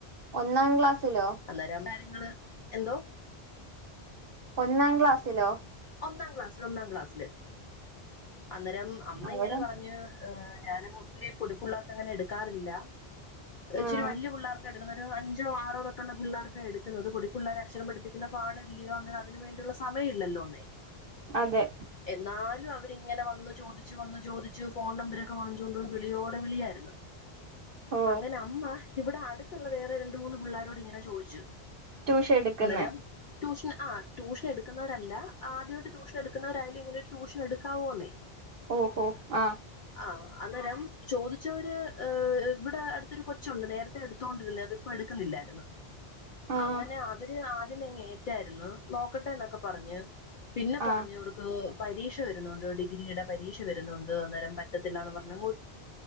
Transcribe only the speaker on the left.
അന്നേരം കാര്യങ്ങള് എന്തോ.
ഒന്നാം ക്ലാസ്ല് ഒന്നാം ക്ലാസ്സില് അന്നേരം അമ്മ
ഇങ്ങനെ പറഞ്ഞു ഞാന ഒത്തിരി പൊടിപ്പള്ളവർക്ക് അങ്ങനെ എടുക്കാറില്ല. ഇച്ചിരി
വല്യ പിള്ളേർക്ക അഞ്ചോ ആറോ തൊട്ടുള്ള പിള്ളേർക്ക എടുക്കുന്നത് കൊടി പിള്ളേരെ അക്ഷരം പഠിപ്പിക്കുന്ന പാടല്ലയോ അതിന് വേണ്ടിയുള്ള സമയം ഇല്ലല്ലോന്നേ.
എന്നാലും അവര് ഇങ്ങനെ വന്നന്ന് ചോദിച്ചു വന്ന്ു ചോദിച്ചു ഫോൺ നമ്പരൊക്കെ വാങ്ങിച്ചുകോണ്ട് വിളിയോടെ വിളിയായിരുന്നു
അങ്ങനെ അമ്മ ഇവിടെ അടുത്തുള്ള വേറെ രണ്ട മൂന്ന് പിള്ളാരോട് ഇങ്ങനെ ചോയ്ച്ചു
അന്നരം ട്യൂഷൻ ആ ്യൂഷ എടുക്കുന്നവരല്ല ആദ്യമായിട്ട് ട്യൂഷൻ എടുക്കുന്നരായാലും ഇങ്ങനെ ട്യൂഷൻ എട് ക്കാവൊന്നെ
ആഹ അന്നേരം ചോദിച്ചവര് ഇവിടെ അടുത്തൊരു കൊച്ചുണ്ട് നേരത്തെ എടുത്തോണ്ടിരുന്ന അത്. എടുക്കുന്നില്ലായിരുന്നു
അങ്ങനെ അവര് ആദ്യം ങ്ങ ഏറ്റായിരുന്നു നോക്കട്ടെ എന്നൊക്കെ പർഞ്ഞ് പിന്നെ പറഞ്ഞ
അവർക്ക് പരീക്ഷ വരുന്നുണ്ട് ഡിഗ്രിയുടെ പരീക്ഷ വരുന്നുണ്ട് അന്നേരം പറ്റത്തില്ലാന്ന് പറഞ്ഞങ്ങൊഴിഞ്